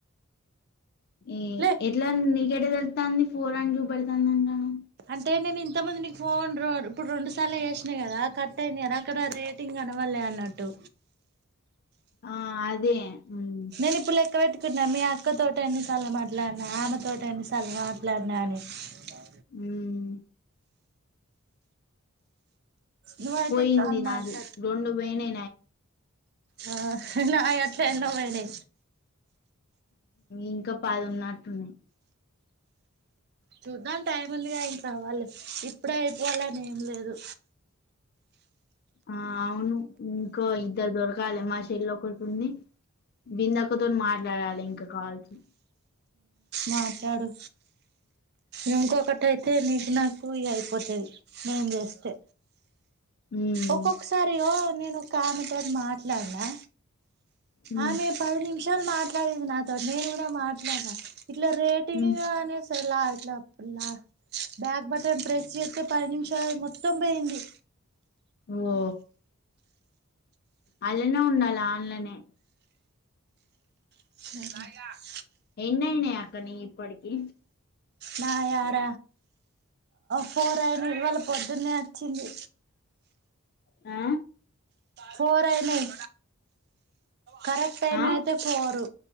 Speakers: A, on the left; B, on the right.
A: ఈ
B: లే
A: ఎట్లా గడ తెతాంది ఫోర్ అనిడ్ చూప పెడతాంది అంటను
B: అంటే నేను ఇంతమంది నీకు ఫోన్ ఇప్పుడు రెండు సార్లు చేసిన కదా కట్ అయినారు అక్కడ రేటింగ్ కనవాలి అన్నట్టు
A: ఆ అదే ఉమ్
B: నేనుపుులక వ వెేకి చకున్నా మీ అక్క తోట అని చలా మాట్లాడినా ఆమెతోోట అని చలా మాట్లాడినా అని బా
A: ఉమ్
B: నువ్వైతే
A: పోయింది
B: ఈ కాల్
A: నాది
B: మాట్లాడు
A: రెండు పోయినే
B: ఆ నా అట్లా ఎన్న పోైనే
A: ఇంకా పదిన్నట్టున్నా
B: చూద్దాం టైం ఉందిగా ఇంట్ అవాలి ఇప్పుడే అయిపోవాల అని ఏం లేదు
A: ఆ అవును ఇంకా ఇద్దరు దొరకాలి మా చెెళ ఒకరి ఉంది బిందక్కతో మాట్లాడాలి ఇంకా కాల్సి
B: మాట్లాడు ఇకా అప్పటి అయితే నీకు నాకు ఇ అయిపోతది నేను చేస్తే
A: ఉమ్
B: ఒక్కొక్కసారి నేను ఒక కామెతోది మాట్లాడినా
A: ఉమ్
B: ఆమె పది నిమిషాలు మాట్లాడేది నాతోో నేను కూడా మాట్లాడినా ఇట్లా రేటింగ్
A: ఉమ్
B: అనే లా అట్లా అలా బ్యాగ బట్ డ్రెస్ చేస్తతే పది నిమిషాలు మొత్తం పోయింది
A: ఓ అలనే ఉండాలి ఆన్లనే
B: అ
A: ఎన్నయినాయి అక్కని ఇప్పటికి
B: నాయార ఫోర్ అయిన ఇవాళ పొద్దున్నే వచ్చింది
A: ఆ
B: ఫోర్ అయినాయి కరెక్ట్ అయిన
A: ఆ
B: అయితే పోరు